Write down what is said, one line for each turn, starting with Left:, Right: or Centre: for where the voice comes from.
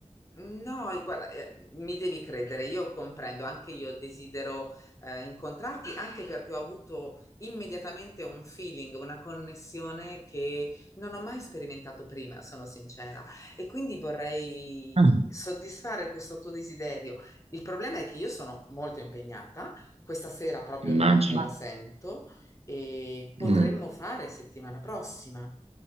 Left: No, e guarda, eh, mi devi credere, io comprendo, anche io desidero eh, incontrarti, anche perché ho avuto immediatamente un feeling, una connessione che non ho mai sperimentato prima, sono sincera, e quindi vorrei
Right: Ah,
Left: soddisfare questo tuo desiderio. Il problema è che io sono molto impegnata, questa sera proprio
Right: Immagino.
Left: non me la sento e potremmo
Right: ma Mm.
Left: fare settimana prossima